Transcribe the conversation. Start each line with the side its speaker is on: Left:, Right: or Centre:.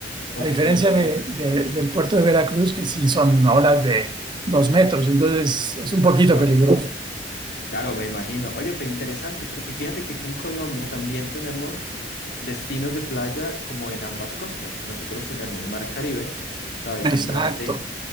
Left: Ok,
Right: A diferencia
Left: ok.
Right: de- de- del puerto de Veracruz, que sí son olas de dos metros, entonces es un poquito
Left: Wow.
Right: peligroso.
Left: Claro, me imagino. Oye, pero interesante, porque fíjate que aquí en Colombia también tenemos destinos de playa como en ambas costas. Nosotros tenemos Mar Caribe, ¿sabes? Al
Right: Exacto.
Left: norte,